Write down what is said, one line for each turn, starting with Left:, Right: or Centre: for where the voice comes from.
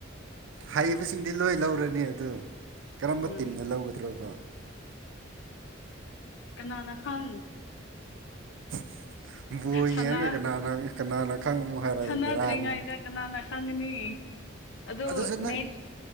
Right: ꯍꯩꯕꯁꯤꯡꯗꯤ ꯂꯣꯏ ꯂꯧꯔꯅꯤ ꯑꯗꯨ ꯀꯔꯝꯕ
Left: ꯎꯝ
Right: ꯇꯤꯝꯅ ꯂꯧꯒꯗ꯭ꯔꯣꯕ
Left: ꯈꯅꯅꯥ ꯈꯪꯅꯤ
Right: <inaudible> ꯕꯣꯜ
Left: ꯁꯥꯟꯅ
Right: ꯌꯦꯡꯉꯒ ꯀꯅꯥꯅ ꯀꯅꯥꯅ ꯈꯪꯉꯝꯃꯣ ꯍꯥꯏꯔꯒꯗꯤ
Left: ꯁꯥꯟꯅꯗ꯭ꯔꯤꯉꯩꯗ
Right: ꯕꯦꯔꯥꯅꯤ
Left: ꯀꯅꯥꯅ ꯈꯪꯒꯅꯤ ꯑꯗꯨ
Right: ꯑꯗꯨꯁꯨ ꯅꯪ
Left: ꯃꯦꯠꯁ